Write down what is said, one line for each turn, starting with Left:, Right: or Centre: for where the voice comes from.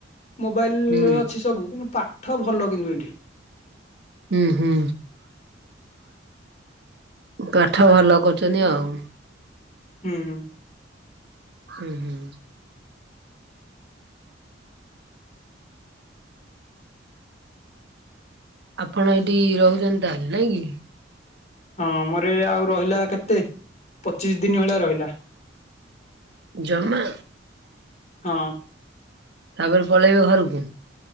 Left: ମୋବାଇଲ
Right: ହୁଁ
Left: ଅଛି ସବୁ କିନ୍ତୁ ପାଠ ଭଲ କିନ୍ତୁ ଏଇଠି।
Right: ହୁଁ ହୁଁ। କାଠ ଭଲ କରୁଛନ୍ତି
Left: <unintelligible>
Right: ଆଉ
Left: ହୁଁ।
Right: ହୁଁ ହୁଁ। ଆପଣ ଏଠି ରହୁଛନ୍ତି ତାହେଲେ ନାଇଁ କି?
Left: ହଁ ମୋର ଏ ଆଉ ରହିଲା କେତେ ପଚିଶ ଦିନ ଭଳିଆ ରହିଲା।
Right: ଜମା
Left: ହଁ।
Right: ତାପରେ ପଳେଇବେ ଘରୁକୁ?